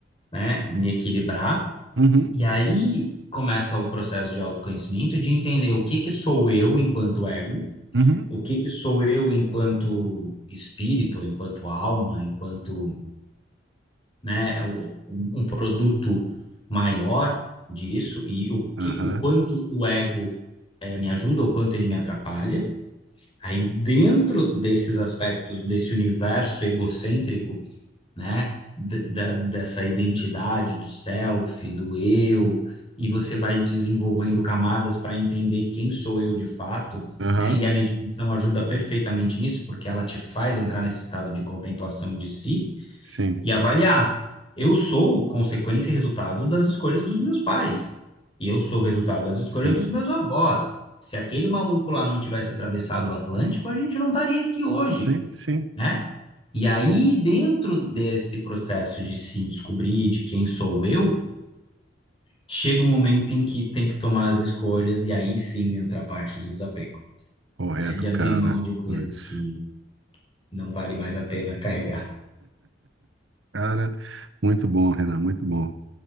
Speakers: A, on the left; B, on the right.
A: né, me equilibrar.
B: uhum,
A: E aí começa o processo de autoconhecimento, de entender o que que sou eu enquanto ego,
B: uhum,
A: o que que sou eu enquanto espírito, enquanto alma, enquanto, né, o- um, um produto maior disso e o
B: aham,
A: que, o quanto o ego eh, me ajuda, o quanto ele me atrapalha Aí, dentro desses aspectos, desse universo egocêntrico, né, da, dessa identidade do self, do eu, e você vai desenvolvendo camadas para entender quem sou eu de fato,
B: aham,
A: né, e a meditação ajuda perfeitamente nisso, porque ela te faz entrar nesse estado de contemplação de si,
B: sim.
A: e avaliar. Eu sou consequência e resultado das escolhas dos meus pais. E eu sou resultado das escolhas
B: Sim,
A: dos meus avós. Se aquele maluco lá não tivesse atravessado o Atlântico, a gente não estaria aqui hoje,
B: Sim, sim.
A: né? E aí, dentro desse processo de se descobrir de quem sou eu, chega um momento em que tem que tomar as escolhas e aí sim entra a parte do desapego,
B: Correto,
A: né? De abrir
B: cara.
A: mão de coisas
B: Pois.
A: que não vale mais a pena carregar.
B: Cara, muito bom, Renan, muito bom.